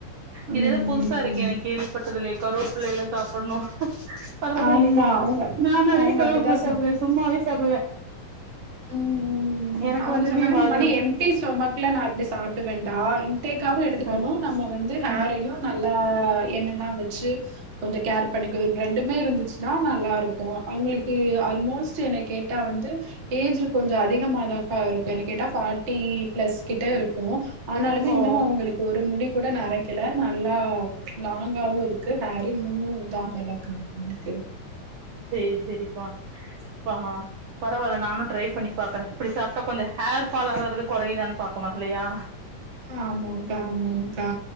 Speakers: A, on the right; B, on the right.
A: இது
B: ம்.
A: எதோ புதுசா இருக்கே எனக்கு கேள்விப்பட்டதி ல்லயே கருவப் பில்லேல சாப்ப‌டணு பரவாவில்லயே
B: ஆமா. அவங்க
A: நா நெறைய
B: அவங்க
A: கருவேப்பில
B: அப்படிதான்
A: சாப்டுவேஸ் சும்மாவே சாப்டுவே
B: உம் உ
A: எனக்கு
B: அவுங்க
A: வந்துமே
B: சொன்னாங்க
A: வாழ்
B: இந்த மாணி எம்டி ஸ்டொமக் இல்ல நா‌ இப்டி சாப்பிடுவேடா இன்டேக்காவும் எடுத்துக்கணு
A: ம்
B: நம்ம வந்து ஹேரையு
A: ம்
B: நல்லா என்னல்லாம் வச்சு கொஞ்ச கேர் பண்ணிக்கு ரெண்டுமே இருந்துச்சுன்னா நல்லாருக்கும் அவுங்களுக்கு ஆல்மோஸ்ட் எனைய கேக் ட்டா வந்து ஏஜ்ல கொஞ்சோ அதிகமாதாங்கா இருக்கு என்ன கேட்டா ஃபாட்டி ப்ளஸ் கிட்ட இருக்கும் ஆனாலுமே
A: ஓ
B: இன்னும் அவுங்களுக்கு ஒரு முடி கூட நெரக்கெல நல்லா லாங்காவும் இருக் க்கு ஹேர் இன்னும்மு இதாகலக்கா ன்க்கு
A: செரி செரிப்பா பா பரவால்ல நானு ட்ரை பண்ணி பாக்குறேன் இப்டி சாப்ட்டா கொஞ்சோ ஹேர் ஃபால் ஆறது கொறையுதான்னு பாக்கலாம் இல்லையா
B: ஆமாக்கா ஆமாங்கா